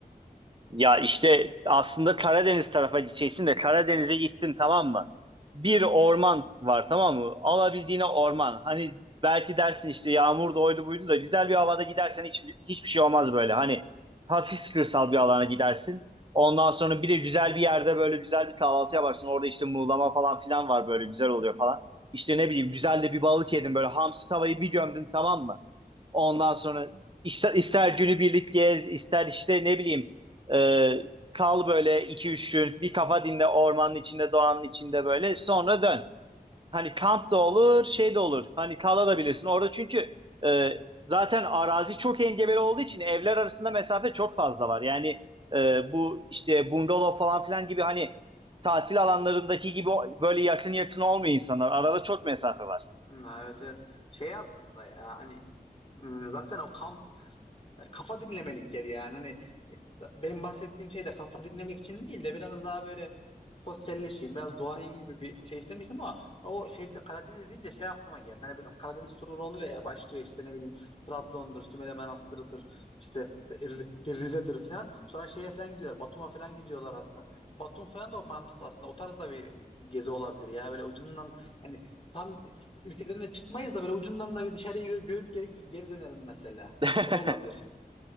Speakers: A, on the right; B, on the left.
A: Ya işte aslında Karadeniz tarafa gideceksin de Karadeniz'e gittin tamam mı? Bir orman var tamam mı? Alabildiğine orman. Hani belki dersin işte yağmur da oydu buydu da güzel bir havada gidersen hiç, hiçbir şey olmaz böyle. Hani hafif kırsal bir alana gidersin. Ondan sonra bir de güzel bir yerde böyle güzel bir kahvaltı yaparsın. Orada işte muğlama falan filan var böyle güzel oluyor falan. İşte ne bileyim güzel de bir balık yedin böyle hamsi tavayı bir gömdün tamam mı? Ondan sonra ister, ister günübirlik gez, ister işte ne bileyim e, kal böyle iki üç gün bir kafa dinle ormanın içinde, doğanın içinde böyle sonra dön. Hani kamp da olur, şey de olur. Hani kalabilirsin orada çünkü e, zaten arazi çok engebeli olduğu için evler arasında mesafe çok fazla var. Yani e, bu işte bungalov falan filan gibi hani tatil alanlarındaki gibi böyle yakın yakın olmuyor insanlar. Arada çok mesafe var.
B: Hı, evet evet. Şey aslında ya hani ım, zaten o kamp Hani kafa dinlemelikleri yani. Hani e, benim bahsettiğim şey de kafa dinlemek için değil de biraz daha böyle sosyalleşeyim, biraz doğayım gibi bir şey istemiştim ama o şeyde Karadeniz deyince şey aklıma geldi. Hani bir Karadeniz turu oluyor ya başlıyor işte ne bileyim Trabzon'dur, Sümele Manastır'ıdır, işte bir, bir Rize'dir falan. Sonra şeye falan gidiyorlar. Batum'a falan gidiyorlar hatta. Batum falan da o mantıklı aslında. O tarzda bir gezi olabilir ya. Böyle ucundan hani tam ülkeden de çıkmayız da böyle ucundan da bir dışarıyı gö- görüp geri, geri dönerim mesela.
A: <laughs>
B: O da olabilir.